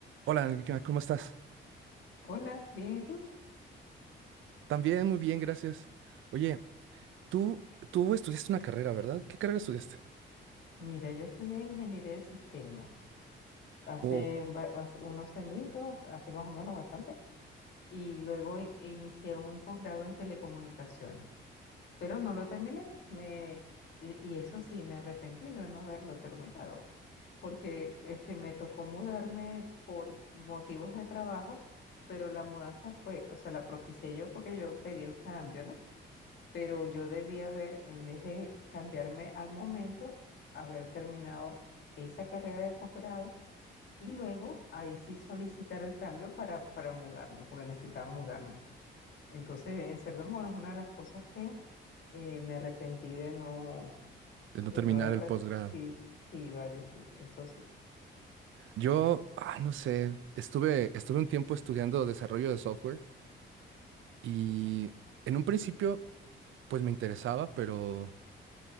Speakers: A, on the right; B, on the left.
A: Hola, Angélica, ¿cómo estás?
B: Hola, bien, ¿y tú?
A: También muy bien, gracias. Oye, tú, tú estudiaste una carrera, ¿verdad? ¿Qué carrera estudiaste?
B: Mira, yo estudié ingeniería de sistemas hace,
A: O
B: va- hace unos añitos, hace más o menos bastante, y luego i- inicié un posgrado en telecomunicaciones, pero no lo terminé, me, de- y eso sí, me arrepentí de no haberlo terminado, porque este, me tocó mudarme por motivos de trabajo, pero la mudanza fue, o sea, la propicié yo porque yo pedí el cambio, ¿no? pero yo debía haber, en vez de cambiarme al momento, haber terminado esa carrera de posgrado y luego ahí sí solicitar el cambio para, para mudarme, porque necesitaba mudarme. Entonces, en cierto modo, es una de las cosas que eh, me arrepentí de no,
A: de
B: de
A: no terminar
B: no haberla.
A: el posgrado.
B: co- Sí, sí, vale, sí, eso sí.
A: Yo, ah, no sé, estuve, estuve un tiempo estudiando desarrollo de software y en un principio, pues me interesaba, pero